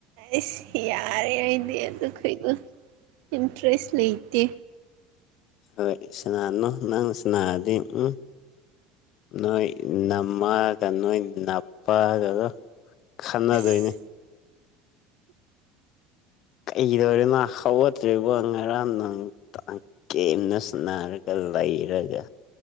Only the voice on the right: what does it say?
ꯑꯁ ꯌꯥꯔꯦ ꯍꯥꯏꯗꯤ ꯑꯗꯨ ꯑꯩꯩꯁꯨ ꯏꯟꯇꯔꯦꯁ ꯂꯩꯇꯦ
ꯑꯁ